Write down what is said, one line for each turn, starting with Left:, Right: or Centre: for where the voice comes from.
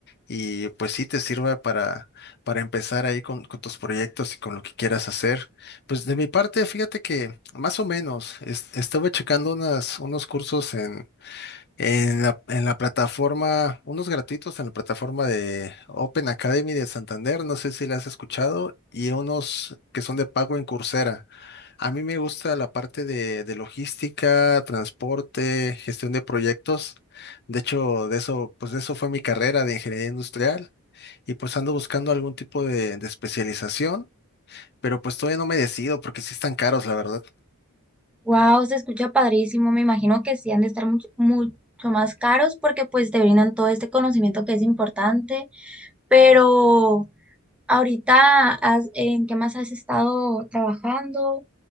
Left: y pues sí te sirva para, para empezar ahí con, con tus proyectos y con lo que quieras hacer. Pues de mi parte, fíjate que más o menos, es- estuve checando unas, unos cursos en la, en la plataforma, unos gratuitos en la plataforma de Open Academy de Santander, no sé si la has escuchado, y unos que son de pago en Coursera. A mí me gusta la parte de, de logística, transporte, gestión de proyectos. De hecho, de eso, pues de eso fue mi carrera de ingeniería industrial y pues ando buscando algún tipo de, de especialización, pero pues todavía no me decido porque sí están caros, la verdad.
Centre: Wow, se escucha padrísimo. Me imagino que sí han de estar mucho, mucho más caros porque pues te brindan todo este conocimiento que es importante. Pero ahorita, has- ¿en qué más has estado trabajando?